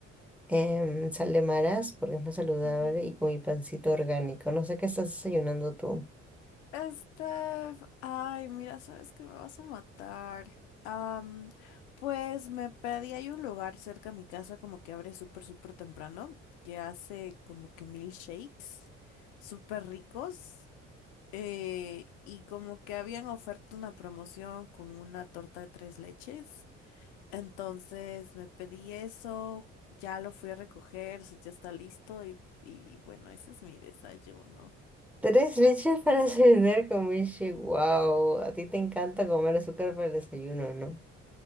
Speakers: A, in the centre; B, on the left.
A: em, sal de maras porque es más saludable
B: Ujú.
A: y con mi pancito orgánico. No sé qué estás desayunando tú.
B: Steph, ay, mira, sabes que me vas a matar. Am, pues me pedí, hay un lugar cerca a mi casa como que abre súper, súper temprano, que hace como que milkshakes súper ricos. eh, y como que habían oferta una promoción con una torta de tres leches. Entonces me pedí eso, ya lo fui a recoger, o sea, ya está listo y, y bueno, ese es mi desayuno.
A: Tres leches para <laughs> desayunar con milkshake. Wow, a ti te encanta comer azúcar para el desayuno, ¿no?